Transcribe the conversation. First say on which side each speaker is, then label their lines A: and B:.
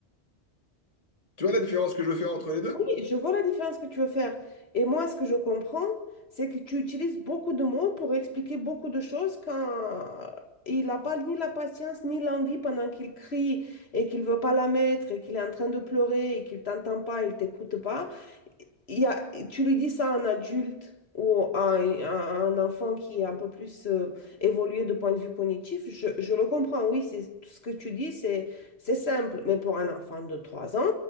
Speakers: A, on the left (about 35°); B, on the left (about 65°).
A: Tu vois la différence que je veux faire entre les deux?
B: Oui, je vois la différence que tu veux faire. Et moi, ce que je comprends, c'est que tu utilises beaucoup de mots pour expliquer beaucoup de choses quand il n'a pas ni la patience ni l'envie pendant qu'il crie et qu'il veut pas la mettre et qu'il est en train de pleurer et qu'il t'entend pas, il t'écoute pas. il y a- tu lui dis ça à un adulte ou à un, à un enfant qui est un peu plus euh, évolué de point de vue cognitif, je, je le comprends, oui, c'est tout ce que tu dis, c'est c'est simple, mais pour un enfant de 3 ans